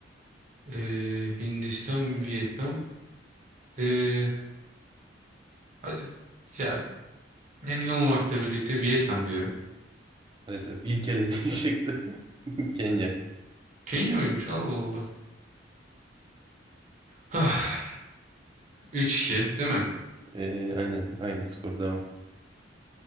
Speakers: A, on the right; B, on the right.
A: ee, Hindistan, Vietnam. Ee, hadi ya emin olmamakla birlikte Vietnam diyorum.
B: Maalesef ilk elediği <laughs> çıktı. Kenya.
A: Kenya mıymış? Allah Allah. Ah, 3-2 değil mi?
B: Ee, aynen, aynı skor devam.